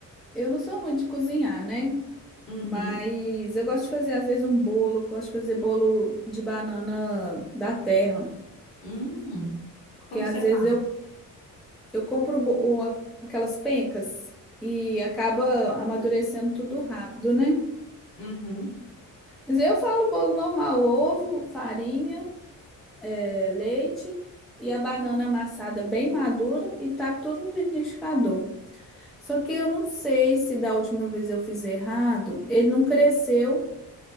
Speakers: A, in the centre; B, on the left.
A: Eu não sou muito de cozinhar, né?
B: Uhum.
A: Mas eu gosto de fazer, às vezes, um bolo. Gosto de fazer bolo de banana da terra.
B: Hum.
A: Porque,
B: Como
A: às
B: que você
A: vezes,
B: faz?
A: eu, eu compro bo- o- aquelas pencas e acaba amadurecendo tudo rápido, né?
B: Uhum.
A: Mas eu falo bolo normal: ovo, farinha, eh, leite e a banana amassada bem madura e taco tudo no liquidificador. Só que eu não sei se da última vez eu fiz errado, ele não cresceu.